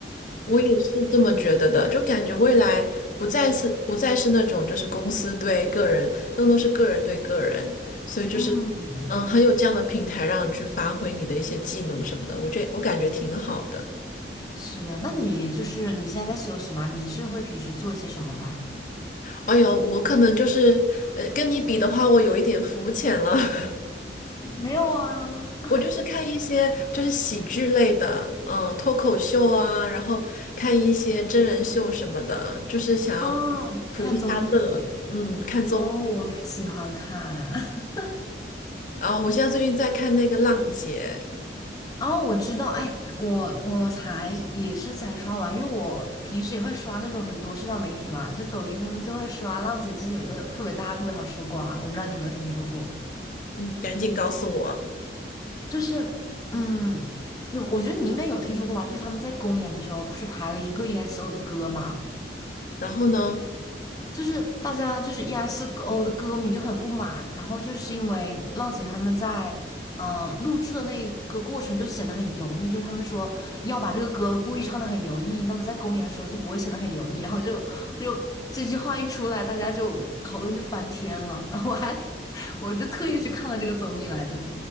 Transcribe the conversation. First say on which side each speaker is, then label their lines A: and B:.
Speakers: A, on the left; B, on the left.
A: 我也是这么觉得的，就感觉未来不再是不再是那种就是公司对个人，更多是个人对个人，所以就是
B: 嗯，
A: 嗯，很有这样的平台让你去发挥你的一些技能什么的，我这我感觉挺好的。
B: 是的，那你就是你现在在休息吗？你是会平时做一些什么来？
A: 哎呦，我可能就是呃跟你比的话，我有一点肤浅了。<laughs>
B: 没有啊，
A: 我就是看一些就是喜剧类的，嗯，脱口秀啊，然后看一些真人秀什么的，就是想要
B: 嗯，
A: 图一下乐，
B: 看综艺。
A: 嗯，看综艺。
B: 哦，我也喜欢看。<laughs>
A: 啊，我现在最近在看那个《浪姐》，
B: 哦，我知道，哎，我我才也是才刷完，因为我平时也会刷那种很多社交媒体嘛，就抖音他们就会刷。浪姐最近有一个特别大、特别好吃的瓜，我不知道你有没有听说过，
A: 嗯，赶紧告诉我。
B: 就是嗯，你我觉得你应该有听说过吧？就是他们在公演的时候不是排了一个 EXO 的歌吗？
A: 然后呢？
B: 就是大家就是 e X o 的歌迷就很不满，然后就是因为浪姐他们在嗯、呃录制的那个过程就显得很油腻，就是他们说要把这个歌故意唱得很油腻，那么在公演的时候就不会显得很油腻，然后就就这句话一出来，大家就讨论就翻天了，<laughs> 然后我还 <laughs> 我就特意去看了这个综艺来着，